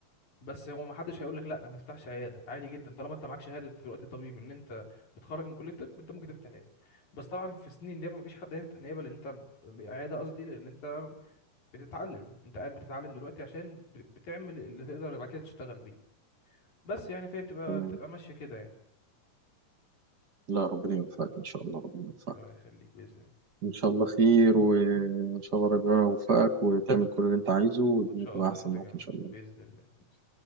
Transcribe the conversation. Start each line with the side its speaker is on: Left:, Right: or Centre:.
Left: بس هو محدش هيقولك لأ ما تفتحش عيادة عادي جدا طالما أنت معاك شهادة دلوقتي طبيب إن أنت بتخرج من كلية الطب أنت ممكن تفتح عيادة بس طبعا في سنين النيابة مفيش حد هيفتح نيابة لأن أنت عيادة قصدي لأن أنت بتتعلم أنت قاعد بتتعلم دلوقتي عشان ب- بتعمل اللي تقدر بعد كده تشتغل بيه بس يعني فهي بتبقى
Right: تمام
Left: بتبقى ماشية كده يعني
Right: لا ربنا يوفقك ان شاء الله ربنا يوفقك
Left: ربنا يخليك بإذن الله
Right: ان شاء الله خير وان شاء الله ربنا يوفقك وتعمل كل اللي انت عايزه والدنيا
Left: وإن شاء
Right: تبقى
Left: الله
Right: احسن
Left: أنت
Right: معاك
Left: كمان
Right: ان شاء الله
Left: بإذن الله بإذن الله.